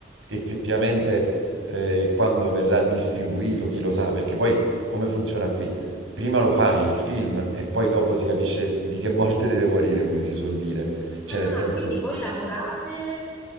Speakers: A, on the right; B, in the centre.
A: effettivamente eh, quando verrà distribuito, chi lo sa, perché poi come funziona qui? Prima lo fai il film e poi dopo si capisce di che morte deve morire, come si suol dire. Cioè,
B: Ah,
A: nel senso,
B: quindi voi lavorate,